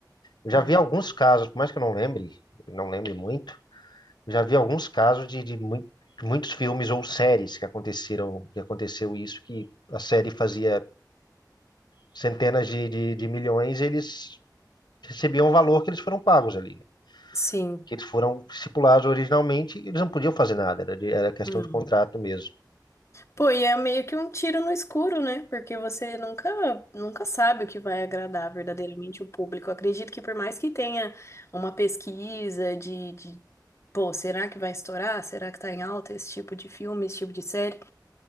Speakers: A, on the left; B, on the left.
A: Eu já
B: É.
A: vi alguns casos, por mais que eu não lembre, não lembre muito, eu já vi alguns casos de, de mui- de muitos filmes ou séries que aconteceram, que aconteceu isso, que a série fazia centenas de, de, de milhões, e eles recebiam o valor que eles foram pagos ali, né?
B: Sim.
A: Que eles foram estipulados originalmente, e eles não podiam fazer nada, era, de- era questão
B: Não.
A: de contrato mesmo.
B: Pô, e é meio que um tiro no escuro, né? Porque você nunca, nunca sabe o que vai agradar verdadeiramente o público. Eu acredito que por mais que tenha uma pesquisa de, de, pô, será que vai estourar? Será que tá em alta esse tipo de filme, esse tipo de série?